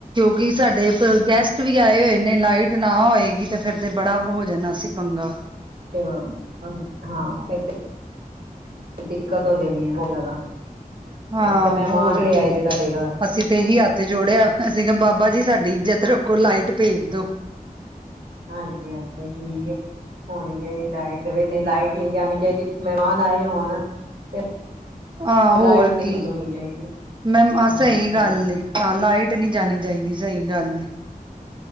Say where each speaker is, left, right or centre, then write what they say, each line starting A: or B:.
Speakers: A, on the right; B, on the right.
A: ਕਿ ਸਾਡੇ ਗੈਸਟ ਵੀ ਆਏ ਹੋਏ ਨੇ ਲਾਈਟ ਨਾ ਹੋਏਗੀ ਤੇ ਫਿਰ ਤੇ ਬੜਾ ਹੋ ਜਾਣਾ ਸੀ ਬੰਗਾ
B: ਤੇ ਹਾਂ ਫ ਦਿੱਕਤ ਹੋ ਜਾਣੀ ਹੈ ਜ਼ਿਆਦਾ
A: ਹਾਂ
B: ਤੇ ਮਹਿਮਾਨ
A: ਹੋਰ
B: ਜਿਹੜੇ
A: ਕੀ
B: ਆਏ ਦੇ ਤੁਹਾਡੇ ਘਰ
A: ਅਸੀਂ ਤੇ ਇਹੀ ਹੱਥ ਜੋੜਿਆ ਅਸੀਂ ਬਾਬਾ ਬਾਬਾ ਜੀ ਸਾਡੀ ਇੱਜਤ ਰੱਖੋ ਲਾਈਟ ਭੇਜ ਦੋ
B: ਹਾਂਜੀ ਅ ਠੀਕ ਆ ਹਣ ਲਾਈਟ ਨਹੀਂ ਲਾਈਟ ਨਹੀਂੀ ਜਾਣੀ ਚ ਮਹਿਮਾਨ ਆਏ ਹੋਣ ਤੇ
A: ਆਹ ਹੋਰ
B: ਲਾਈਟ ਨਹੀਂ
A: ਕੀ
B: ਬੰਦ ਹੋਣੀ ਚਾਹੀਦੀ
A: ਮੈਮ ਅ
B: ਹੋਰ
A: ਇਹੀ
B: ਸੁਣਾਓ
A: ਗੱਲ ਨੇ ਹਾਂ ਲਾਈਟ ਨਹੀਂੀ ਜਾਣੀ ਚਾਹੀਦੀ ਸਹੀ ਗੱਲ